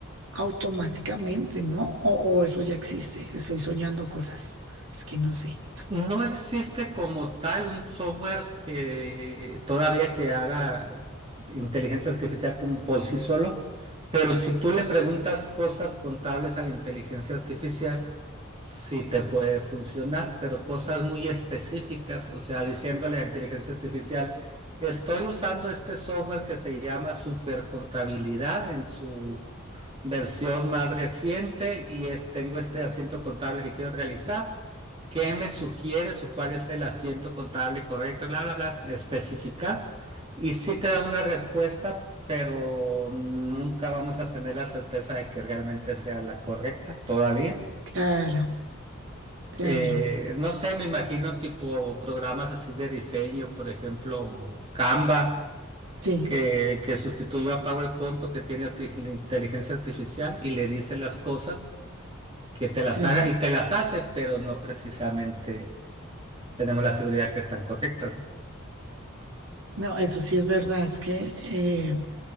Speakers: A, on the right (about 80°); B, on the right (about 25°).
A: automáticamente, ¿no? O, o eso ya existe, estoy soñando cosas. Es que no sé.
B: No existe como tal un software que todavía que haga inteligencia artificial como por sí solo, pero si tú le preguntas cosas contables a la inteligencia artificial, sí te puede funcionar, pero cosas muy específicas, o sea, diciéndole a la inteligencia artificial, estoy usando este software que se llama Supercontabilidad en su versión más reciente y es, tengo este asiento contable que quiero realizar. ¿Qué me sugieres o cuál es el asiento contable correcto? Bla, bla, bla, especificar. Y sí te da una respuesta, pero nunca vamos a tener la certeza de que realmente sea la correcta todavía.
A: Claro, claro.
B: Eh, no sé, me imagino tipo programas así de diseño, por ejemplo, Canva,
A: Sí,
B: que, que sustituyó a PowerPoint porque tiene arti- inteligencia artificial y le dice las cosas que te las
A: sí.
B: haga y te las hace, pero no precisamente tenemos la seguridad que están correctas, ¿no?
A: No, eso sí es verdad, es que eh,